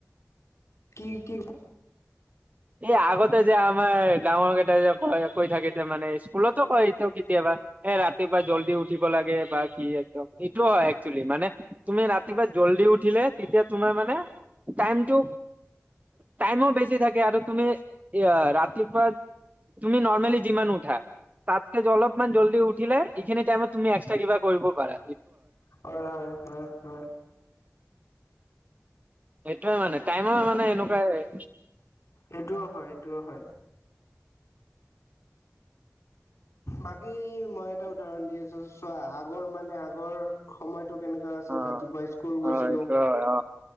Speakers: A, on the left; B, on the right.
A: কি কি
B: এই আগতে যে আমাৰ ডাঙৰ কেইটা যে ক কৈ থাকে মানে স্কুলতো কয় এইটো কেতিয়াবা এ ৰাতিপুৱা জল্দি উঠিব লাগে বা কি একদম এইটোও হয় একচুৱেলি মানে তুমি ৰাতিপুৱা জল্দি উঠিলে তেতিয়া তোমাৰ মানে টাইমটো টাইমো বেছি থাকে আৰু তুমি ৰাতিপুৱা তুমি নৰ্মেলি যিমান উঠা তাতকে অলপমান জল্দি উঠিলে এইখিনি টাইমত তুমি এক্সট্ৰা কিবা কৰিব পাৰা।
A: হয় হয় হয় হয়
B: সেইটোয়ে মানে টাইমৰ মানে এনেকুৱাই
A: এইটোও হয় এইটোও হয় বাকী মই এটা উদাহৰণ দি আছো চোৱা আগৰ মানে আগৰ সময়ত কেনে আছিল
B: অ
A: ৰাতিপুৱা স্কুল গৈছিলো।
B: অ এইটো হয় অ